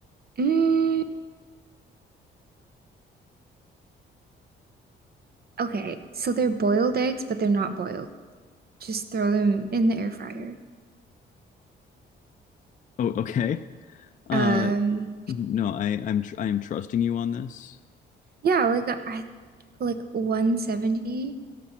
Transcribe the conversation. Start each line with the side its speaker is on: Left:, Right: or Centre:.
Right: mm, okay. So they're boiled eggs, but they're not boiled. Just throw them in the air fryer.
Left: Oh, okay. Uh,
Right: Um,
Left: no, I I'm tr I am trusting you on this.
Right: yeah, like I like 170.